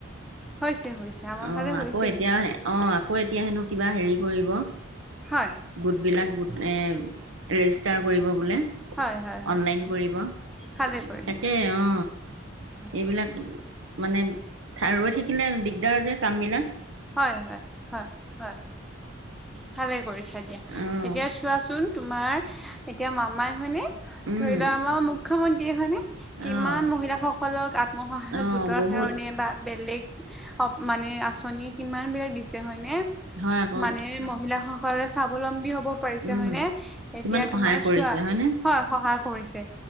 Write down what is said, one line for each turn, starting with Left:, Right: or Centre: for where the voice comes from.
Centre: হৈছে হৈছে আমাৰ
Right: অঁ
Centre: ফালে হৈছে
Right: আকৌ এতিয়া
Centre: দিয়া
Right: অঁ আকৌ এতিয়া হেনো কিবা হেৰি কৰিব,
Centre: হয়
Right: গোটবিলাক গোট এ ৰেজিষ্টাৰ কৰিব বোলে,
Centre: হয় হয় হয়
Right: অনলাইন কৰিব।
Centre: ভালে কৰিছা
Right: তাকে অ
Centre: হয়
Right: এইবিলাক মানে ৰৈ থাকিলে দিগদাৰ যে কাম বিলাক।
Centre: হয় হয় হয় হয়। ভালে কৰিছা দিয়া
Right: অঁ
Centre: এতিয়া চোৱাচোন তোমাৰ এতিয়া মামাই হয়নে
Right: উম
Centre: ধৰি লোৱা আমাৰ মুখ্যমন্ত্ৰীয়ে হয়নে? কিমান
Right: অঁ
Centre: মহিলাসকলক আত্মসহায়ক
Right: অঁ
Centre: গোটৰ
Right: বহুত
Centre: কাৰণে বা বেলেগ অ মানে আচনি কিমান বিলাক দিছে হয়নে
Right: হয় আকৌ
Centre: মানে মহিলা সক কলে স্বাৱলম্বী হব পাৰিছে
Right: উম
Centre: হয় নে? এতিয়া
Right: কিমান সহায়
Centre: তোমাৰ
Right: কৰিছে
Centre: চোৱা
Right: হয়নে
Centre: হয় সহায় কৰিছে